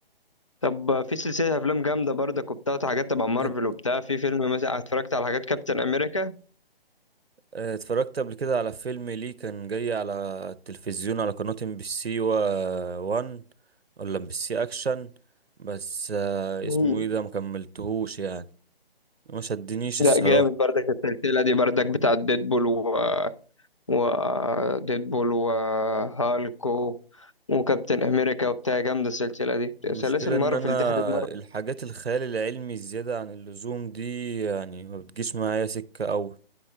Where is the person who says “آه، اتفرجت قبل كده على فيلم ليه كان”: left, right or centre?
Right